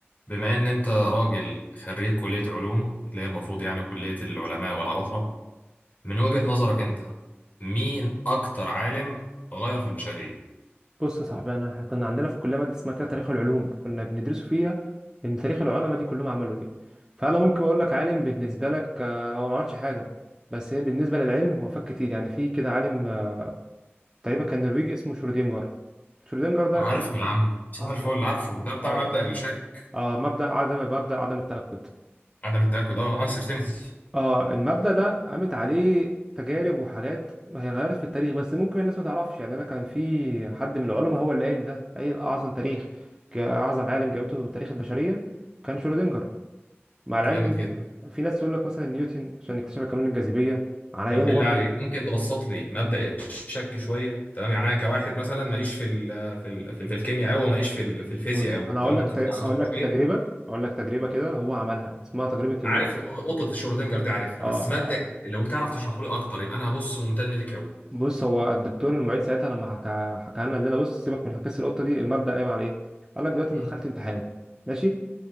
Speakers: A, on the left; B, on the right.
A: بما ان انت راجل خريج كلية علوم اللي هي المفروض يعني كلية العلماء والعباقرة من وجهة نظرك انت مين اكتر عالم غير في البشرية
B: بص يا صاحبي انا كنا عندنا في الكليه ماده اسمها كده تاريخ العلوم كنا بندرسه فيها ان تاريخ العلماء دي كلهم عملوا ايه فانا ممكن اقول لك عالم بالنسبه لك آه، هو ما عملش حاجه بس بالنسبه للعلم هو فات كتير يعني في كده عالم آه، تقريبا كان نرويجي اسمه شرودينجر شرودينجر ده
A: عارف
B: اكتشف
A: بالعام صباح
B: اه
A: الفل اللي عارفه ده بتاع
B: اه
A: مبدأ الشك
B: آه، مبدا عدم مبدا عدم التاكد
A: عدم التأكد اه uncertainty
B: اه المبدأ ده قامت عليه تجارب وحاجات هي غيرت في التاريخ بس ممكن الناس ما تعرفش يعني انا كان في حد من العلماء هو اللي قال ده قال اعظم تاريخ اعظم عالم جابته تاريخ البشريه كان شرودنجر مع
A: جامد
B: العلم ان في
A: جدا
B: في ناس تقول لك مثلا نيوتن عشان اكتشف قانون الجاذبيه على ايامه
A: طب بالله
B: برضه
A: عليك ممكن تبسط لي مبدأ الشك شوية تمام يعني انا كواحد مثلا ماليش في ال في ال في, ال- في الكيمياء قوي وماليش في ال- في الفيزياء
B: بص
A: قوي
B: انا هقول
A: تمام
B: لك
A: ممكن تبسطه
B: اقول
A: لي
B: لك
A: شوية
B: تجربه اقول لك تجربه كده هو عملها اسمها تجربه اللوتس
A: عارف قطه شرودنجر دي عارفها
B: اه
A: بس مبدأ لو تعرف تشرحه لي اكتر يبقى انا هبص ممتن ليك قوي
B: بص هو الدكتور المعيد ساعتها لما حكى حكى لنا قال لنا بص سيبك من حكايه القطه دي المبدا قايم على ايه؟ قال لك دلوقتي
A: مم.
B: انت دخلت امتحان ماشي؟